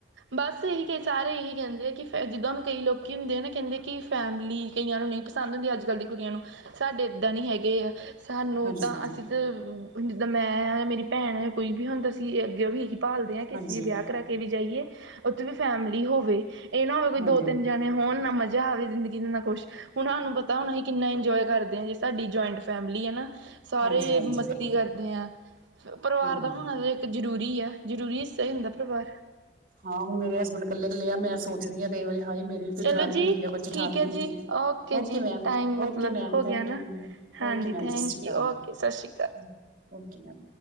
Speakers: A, on the right (about 75°); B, on the right (about 45°).
A: ਬਸ ਏਹੀ ਕੇ ਸਾਰੇ ਏ ਹੀ ਕਹਿੰਦੇ ਆ ਕਿ ਫਿਰ ਜਿੱਦਾਂ ਹੁਣ ਕਈ ਲੋਕੀ ਹੁੰਦੇ ਆ ਨਾ ਕਹਿੰਦੇ ਕਿ ਫੈਮਿਲੀ, ਕਈਆਂ ਨੂੰ ਨਹੀਂ ਪਸੰਦ ਹੁੰਦੀ, ਅੱਜ-ਕੱਲ੍ਹ ਦੀ ਕੁੜੀਆਂ ਨੂੰ, ਸਾਡੇ ਇੱਦਾਂ ਨਹੀਂ ਹੈਗੇ ਆ। ਸਾਨੂੰ
B: ਹਾਂਜੀ
A: ਤਾਂ
B: ਹਾਂਜੀ
A: ਅਸੀਂ ਤਾਂ, ਜਿੱਦਾਂ ਮੈਂ ਆ ਮੇਰੀ ਪੈਣ ਕੋਈ ਵੀ ਹੁੰਦਾ ਸੀਂ, ਇਹ ਅੱਗੇ ਵੀ ਇਹੀ ਭਾਲਦੇ ਆ ਕਿ
B: ਹਾਂਜੀ
A: ਅਸੀ ਵਿਆਹ ਕਰਾਕੇ ਵੀ ਜਾਈਏ, ਉੱਥੇ ਵੀ ਫੈਮਿਲੀ ਹੋਵੇ, ਇਹ ਨਾ ਹੋਵੇ
B: ਹਾਂਜੀ
A: ਦੋ ਤਿੰਨ ਜਣ ਤੇ ਹੁਣ ਨਾ ਮਜ਼ਾ ਆਵੇ ਜ਼ਿੰਦਗੀ ਦਾ ਕੁੱਛ, ਹੁਣ ਹਾਨੂੰ ਪਤਾ, ਹੁਣ ਆਹੀ ਕਿੰਨਾ ਇੰਜੋਏ ਕਰਦੇ ਆ, ਜਿਸ ਤੁਹਾਡੀ ਜੁਆਇੰਟ ਫੈਮਿਲੀ ਏ ਨਾ। ਸਾਰੇ
B: ਹਾਂਜੀ-ਹਾਂਜੀ,
A: ਯੇ ਮਸਤੀ ਕਰਦੇ ਆ, ਪਰਿਵਾਰ
B: ਹਾਂ।
A: ਦਾ ਹੋਣਾ ਇਕ ਜ਼ਰੂਰੀ ਐ, ਜ਼ਰੂਰੀ ਹਿੱਸਾ ਈ ਹੁੰਦੈ ਪਰਿਵਾਰ।
B: ਹਾਂ, ਹੁਣ ਮੇਰੇ ਹਸਬੈਂਡ ਕੱਲੇ ਕੱਲੇ ਆ, ਮੈਂ ਸੋਚਦੀ ਆ ਕਈ ਵਾਰੀ, ਹਾਏ ਮੇਰੀ ਕੋਈ
A: ਚਲੋ
B: ਦਰਾਣੀ
A: ਜੀ
B: ਵੀ ਹੁੰਦੀ ਏ, ਕੋਈ ਜਠਾਣੀ
A: ਠੀਕ
B: ਵੀ
A: ਹੈ
B: ਹੁੰਦੀ,
A: ਜੀ
B: ਓਕੇ
A: ਜੀ
B: ਮੈਮ,
A: ਟਾਈਮ ਮਤਲਬ
B: ਓਕੇ ਮੈਮ,
A: ਹੋ ਗਿਆ
B: ਥੈਂਕ
A: ਨਾ
B: ਯੂ।
A: ਹਾਂਜੀ
B: ਓਕੇ ਮੈਮ,
A: ਥੈਂਕ
B: ਸਤਿ ਸ਼੍ਰੀ ਅਕਾਲ,
A: ਯੂ ਓਕੇ ਸਤਿ ਸ਼੍ਰੀ
B: ਓਕੇ ਮੈਮ।